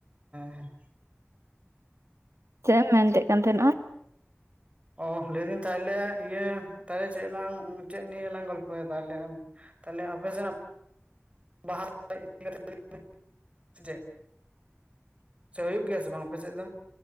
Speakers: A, on the right; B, on the right.
A: ᱦᱮᱸ
B: ᱪᱮᱫ ᱮᱢ ᱢᱮᱱᱛᱮ ᱠᱟᱱ ᱛᱟᱦᱮᱱᱚᱜᱼᱟ?
A: ᱚ ᱞᱟᱹᱭᱫᱟᱹᱧ ᱛᱟᱦᱚᱞᱮ ᱤᱭᱟᱹ ᱛᱟᱦᱚᱞᱮ ᱪᱮᱫ ᱞᱟᱝ ᱪᱮᱫ ᱱᱤᱭ ᱞᱟᱝ ᱜᱚᱞᱯᱚᱭᱟ ᱛᱟᱦᱚᱞᱮ᱾ ᱛᱟᱦᱚᱞᱮ ᱟᱯᱮ ᱥᱮᱱᱟᱜ ᱵᱟᱦᱟ ᱥᱚᱦᱨᱟᱭ ᱤᱫᱤ ᱠᱟᱛᱮ ᱠᱟ. ᱴᱤᱡ ᱞᱟ. ᱭ ᱢᱮ ᱥᱮ ᱪᱮᱫ ᱥᱮ ᱦᱩᱭᱩᱜ ᱜᱮᱭᱟ ᱥᱮ ᱵᱟᱝ ᱟᱯᱮᱥᱮᱫ ᱫᱚ?